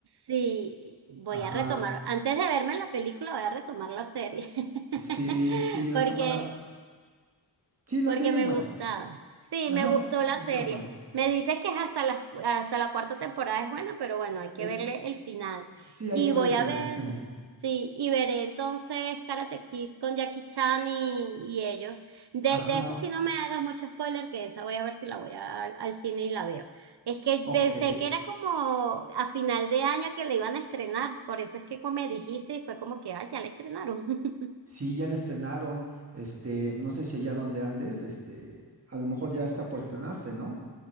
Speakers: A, on the right (about 65°); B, on the right (about 35°).
A: Sí, voy
B: Ajá.
A: a retomar, antes de verme la película, voy a retomar la serie, <laughs>
B: Sí, sí, retoman
A: porque
B: la... Sí, la
A: porque
B: serie
A: me
B: es buena.
A: gustaba. Sí,
B: Ajá,
A: me gustó
B: sí, la
A: la
B: serie
A: serie.
B: está buena.
A: Me dices que es hasta la, hasta la cuarta temporada es buena, pero bueno, hay que
B: Eh,
A: verle
B: sí,
A: el final.
B: sí,
A: Y
B: hay que
A: voy
B: ver el final.
A: a ver,
B: <laughs>
A: sí, y veré entonces Karate Kid con Jackie Chan y, y ellos. De,
B: Ajá.
A: de esa sí no me hagas mucho spoiler, que esa voy a ver si la voy a- al cine y la veo. Es que
B: Ok.
A: pensé que era como a final de año que la iban a estrenar, por eso es que como me dijiste y fue como que, ah, ya la estrenaron. <laughs>
B: Sí, ya la estrenaron. Este, no sé si allá donde andes, este, a lo mejor ya está por estrenarse, ¿no?